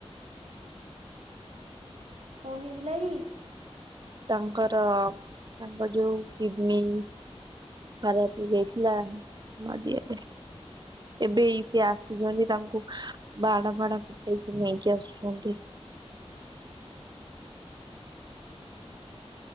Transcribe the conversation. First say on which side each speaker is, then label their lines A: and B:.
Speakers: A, on the right (about 65°); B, on the right (about 40°).
A: କଣ ହେଇଥିଲା କି?
B: ତାଙ୍କର ତାଙ୍କ ଯୋଉ କିଡନୀ ଖରାପ୍ ହେଇଯାଇଥିଲା ମରିଗଲେ। ଏବେ ଏଇ ସିଏ ଆସୁଚନ୍ତି ତାଙ୍କୁ ବାଣ ଫାଣ ଫୁଟେଇକି ନେଇକି ଆସୁଛନ୍ତି।